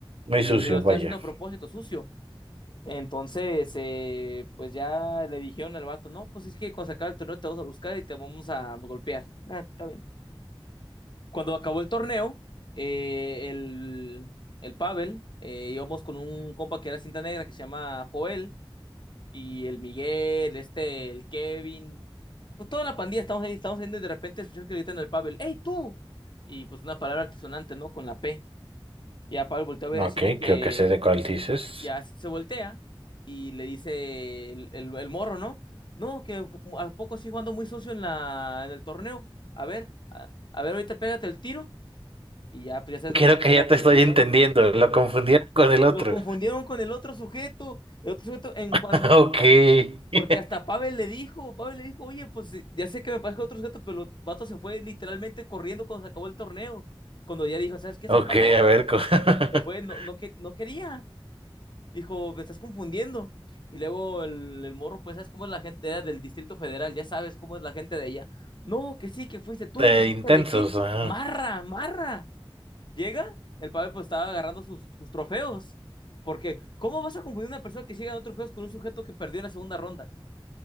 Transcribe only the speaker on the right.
Muy
sucio,
vaya.
Ok,
creo que sé de cuál dices.
Creo
que
ya te
estoy
entendiendo,
lo confundieron con el otro.
<laughs>
Ok. <laughs>
Ok,
a ver, co- <laughs>
de
intensos.
ajá.